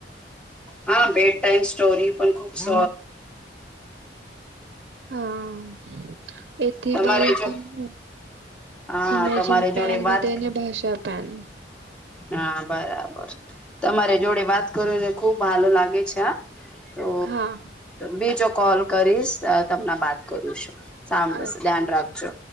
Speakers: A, in the centre; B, on the right.
A: હા બેડ ટાઈમ સ્ટોરી પણ ખુબ સ
B: હા એથી
A: તમારે
B: બાલકનું
A: જો હા
B: ઇમેજિન
A: તમારે
B: પેન
A: જોડે
B: વધે
A: વાત
B: ને ભાષા પેન.
A: હા બરાબર. તમારે જોડે વાત કરુંને ખુબ ભાલ લાગે છે હા. તો
B: હા
A: બીજો કોલ કરીશ તમને બાત કરું છું. સાંભળું
B: અચ્છા અચ્છા
A: છું ધ્યાન રાખજો.